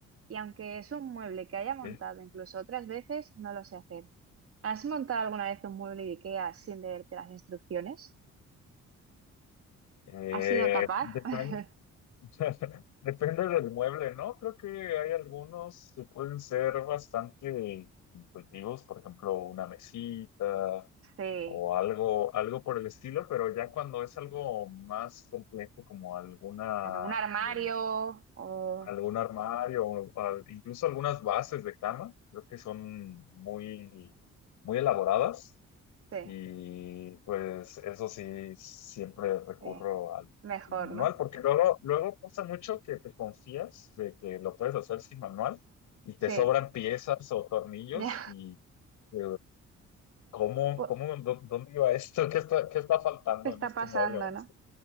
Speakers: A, on the right; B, on the left.
A: y aunque es un mueble que haya montado
B: Sí.
A: incluso otras veces, no lo sé hacer. ¿Has montado alguna vez un mueble de IKEA sin leerte las instrucciones?
B: Eh,
A: ¿Has sido capaz?
B: depen-
A: <laughs>
B: <laughs> Depende del mueble, ¿no? Creo que hay algunos que pueden ser bastante intuitivos, por ejemplo, una mesita
A: Sí,
B: o algo, algo por el estilo, pero ya cuando es algo más complejo como alguna
A: claro, un armario
B: eh,
A: o...
B: algún armario o al- incluso algunas bases de cama, creo que son muy, muy elaboradas
A: Sí,
B: y pues eso sí, siempre recurro
A: sí,
B: al,
A: mejor,
B: al manual
A: ¿no?
B: porque luego, luego pasa mucho que te confías de que lo puedes hacer sin manual y te
A: Sí,
B: sobran piezas o tornillos
A: ya,
B: y eh, ¿cómo,
A: <laughs> bu-
B: cómo, dó- dónde iba esto? ¿Qué está, qué está faltando
A: está
B: en este
A: pasando,
B: mueble o en
A: ¿no?
B: este?